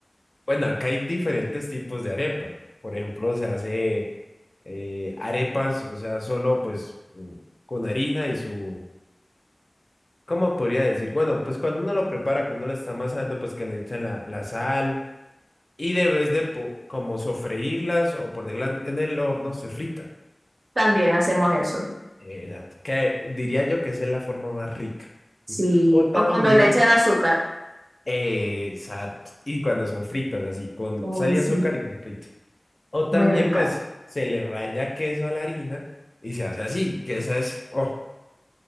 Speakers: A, on the left (about 40°); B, on the right (about 75°).
A: Bueno, acá hay diferentes tipos de arepa. Por ejemplo, se hace eh, arepas, o sea, solo pues mm, con harina y su ¿Cómo podría decir? Bueno, pues cuando uno lo prepara, que uno lo está amasando, pues que le echan la, la sal y debes de po- como sofreírlas o ponerlas en el horno, se fritan.
B: también hacemos eso.
A: Eh, Exacto. Que diría yo que esa es la forma más rica.
B: Sí,
A: O también,
B: o cuando le echan azúcar.
A: eh, exacto, y cuando son fritas, así, con
B: Uy,
A: sal y
B: sí,
A: azúcar y son fritas. O también,
B: muy rica.
A: pues, se le raya queso a la harina y se hace así, que esa es, oh,